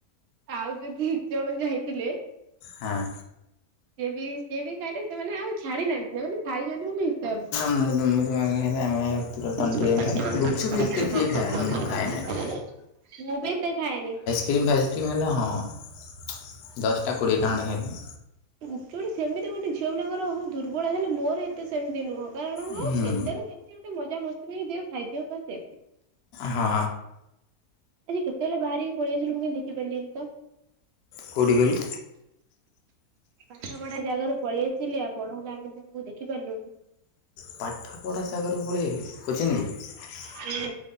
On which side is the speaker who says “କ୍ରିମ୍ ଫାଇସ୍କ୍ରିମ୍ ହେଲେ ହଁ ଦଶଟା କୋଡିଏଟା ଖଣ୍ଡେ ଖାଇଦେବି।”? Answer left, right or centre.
Left